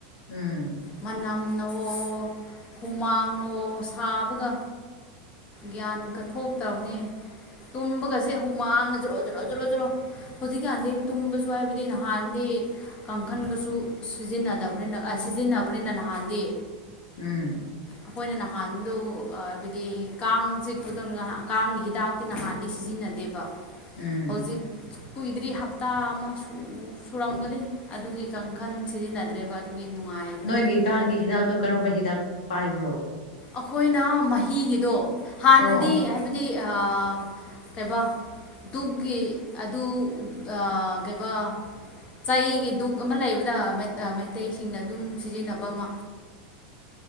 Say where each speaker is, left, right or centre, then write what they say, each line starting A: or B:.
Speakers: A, on the left (about 70°); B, on the left (about 25°).
A: ꯎꯝ
B: ꯃꯅꯝ ꯅꯑꯣ ꯍꯨꯃꯥꯡꯅꯑꯣ ꯁꯥꯕꯒ ꯒ꯭ꯌꯥꯟꯀ ꯊꯣꯛꯇꯕꯅꯦ ꯇꯨꯝꯕꯒꯁꯦ ꯍꯨꯃꯥꯡꯅ ꯖꯔꯣ ꯖꯔꯣ ꯖꯔꯣ ꯖꯔꫭ ꯍꯧꯖꯤꯛꯀꯤ ꯍꯥꯟꯗꯤ ꯇꯨꯝꯕꯁꯨ ꯍꯥꯏꯕꯗꯤ ꯅꯍꯥꯟꯗꯤ ꯀꯥꯡꯈꯟꯒꯁꯨ ꯁꯤꯖꯤꯟꯅꯗꯕꯅꯤꯅ ꯁꯤꯖꯤꯟꯅꯕꯅꯤꯅ ꯅꯍꯥꯟꯗꯤ
A: ꯎꯝ
B: ꯑꯩꯈꯣꯏꯅ ꯅꯍꯥꯟꯗꯨ ꯍꯥꯏꯕꯗꯤ ꯀꯥꯡ ꯆꯤꯛꯄꯗꯨ ꯉꯍꯥꯟ ꯀꯥꯡꯒꯤ ꯍꯤꯗꯥꯛꯇꯤ ꯅꯍꯥꯟꯗꯤ ꯁꯤꯖꯤꯟꯅꯗꯦꯕ
A: ꯎꯝ
B: ꯍꯧꯖꯤꯛ ꯀꯨꯏꯗ꯭ꯔꯤ ꯍꯞꯇꯥ ꯑꯃꯥ ꯁꯨ ꯁꯨꯔꯝꯒꯅꯤ ꯑꯗꯨꯒꯤ ꯀꯥꯡꯈꯟ ꯁꯤꯖꯤꯟꯅꯗ꯭ꯔꯦꯕ ꯑꯗꯨꯒꯤ ꯅꯨꯡꯉꯥꯏꯕꯅꯦ
A: ꯅꯣꯏꯒꯤ
B: ꯇꯨꯡꯕꯗ
A: ꯀꯥꯡꯒꯤ ꯍꯤꯗꯥꯛꯇꯣ ꯀꯔꯝꯕ ꯍꯤꯗꯥꯛ ꯄꯥꯏꯕ꯭ꯔꯣ
B: ꯑꯩꯈꯣꯏꯅ ꯃꯍꯤꯒꯤꯗꯣ ꯍꯥꯟꯅꯗꯤ
A: ꯑꯣ ꯑꯣ
B: ꯍꯥꯏꯕꯗꯤ ꯑꯥ ꯀꯩꯕꯥ ꯗꯨꯛꯒꯤ ꯑꯗꯨ ꯑꯥ ꯀꯩꯕꯥ ꯆꯩꯒꯤ ꯗꯨꯛ ꯑꯃꯥ ꯂꯩꯕꯗ ꯃꯩꯇꯩꯁꯤꯡꯅ ꯑꯗꯨꯝ ꯁꯤꯖꯤꯟꯅꯕ ꯑꯃꯥ